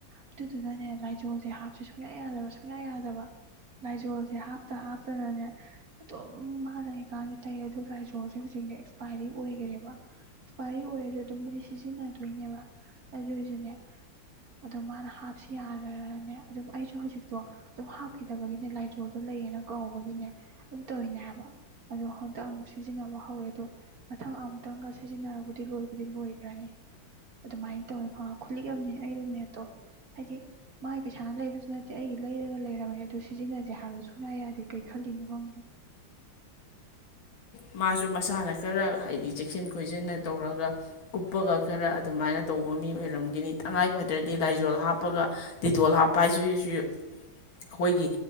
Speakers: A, on the right (about 50°); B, on the left (about 80°).
A: ꯑꯗꯨꯗꯨꯅꯅꯦ ꯂꯥꯏꯖꯣꯜꯁꯦ ꯍꯥꯞꯁ ꯁꯨꯡꯌꯥ ꯌꯥꯗꯕ ꯁꯨꯡꯌꯥ ꯌꯥꯗꯕ ꯂꯥꯏꯖꯣꯜꯁꯦ ꯍꯥꯞꯇ ꯍꯥꯞꯇꯅꯅꯦ ꯑꯗꯨꯝ ꯃꯥ ꯂꯩꯀꯥꯟꯗꯤ ꯇꯩ ꯑꯗꯨ ꯂꯥꯏꯖꯣꯜꯁꯦ ꯍꯧꯖꯤꯛꯤ ꯑꯦꯛꯁꯄꯥꯏꯔꯤ ꯑꯣꯏꯈꯔꯦꯕ ꯑꯦꯛꯁꯄꯔꯤ ꯑꯣꯏ ꯑꯣꯏꯔꯁꯨ ꯑꯗꯨꯝꯕꯨꯗꯤ ꯁꯤꯖꯤꯟꯅꯗꯣꯏꯅꯦꯕ ꯑꯗꯨ ꯑꯣꯏꯔꯁꯨꯅꯦ ꯑꯗꯣ ꯃꯥꯅ ꯍꯥꯞꯁꯤ ꯌꯥꯔꯅꯦ ꯑꯗꯨꯝ ꯑꯩꯁꯨ ꯍꯧꯖꯤꯛꯇꯣ ꯑꯗꯨꯝ ꯍꯥꯞꯈꯤꯗꯕꯒꯤꯅꯦ ꯂꯥꯏꯖꯣꯗꯣ ꯂꯩ ꯂꯩꯌꯦꯅ ꯀꯧꯕꯒꯤꯅꯦ ꯑꯗꯨꯝ ꯇꯧꯔꯤꯅꯦ ꯍꯥꯏꯕ ꯑꯗꯣ ꯍꯟꯛꯇꯛ ꯑꯃꯨꯛ ꯁꯤꯖꯤꯟꯅꯕ ꯍꯧꯔꯦ ꯑꯗꯣ ꯃꯊꯪ ꯑꯃꯨꯛꯇꯪꯒ ꯁꯤꯖꯤꯟꯅꯔꯕꯨꯗꯤ ꯂꯣꯏꯕꯨꯗꯤ ꯂꯣꯏꯈ꯭ꯔꯅꯤ ꯑꯗꯨꯃꯥꯏꯅ ꯇꯧꯋꯦ ꯈꯣ ꯈꯨꯂꯤꯛ ꯑꯅꯦ ꯑꯩꯔꯨꯝꯃꯦꯠꯇꯣ ꯍꯥꯏꯗꯤ ꯃꯥꯒꯤ ꯄꯩꯁꯥꯅ ꯂꯩꯕꯁꯨ ꯅꯠꯇꯦ ꯑꯩꯒꯤ ꯂꯩꯔꯒ ꯂꯩꯔꯕꯅꯦ ꯑꯗꯨ ꯁꯤꯖꯤꯟꯅꯁꯦ ꯍꯥꯏꯕꯗꯣ ꯁꯨꯡꯌꯥ ꯌꯥꯗꯦ ꯀꯩ ꯈꯜꯂꯤꯅꯣ ꯈꯪꯗꯦ ꯎ
B: ꯃꯥꯁꯨ ꯃꯁꯥꯅ ꯈꯔ ꯍꯥꯏꯗꯤ ꯆꯦꯛꯁꯤꯟ ꯈꯣꯏꯁꯤꯟꯅ ꯇꯧꯔꯒ ꯀꯨꯞꯄꯒ ꯈꯔ ꯑꯗꯨꯃꯥꯏꯅ ꯇꯧꯕ ꯑꯣꯏꯔꯝꯅꯤ ꯇꯉꯥꯏ ꯐꯗ꯭ꯔꯗꯤ ꯂꯥꯏꯖꯣꯜ ꯍꯥꯞꯄꯒ ꯇꯤꯇꯣꯜ ꯍꯥꯞꯄ ꯍꯥꯏ ꯑꯩꯈꯣꯏꯒꯤ